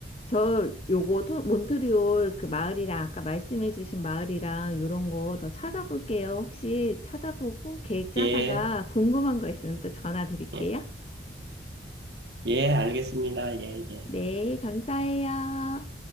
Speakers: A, on the left; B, on the right.
A: 저 요거 토, 몬트리올 그 마을이랑 아까 말씀해주신 마을이랑 요런 거 더 찾아볼게요. 혹시 찾아보고 계획 짜다가
B: 예,
A: 궁금한 거 있으면 또 전화 드릴게요.
B: 예, 예, 알겠습니다. 예, 예.
A: 네, 감사해요.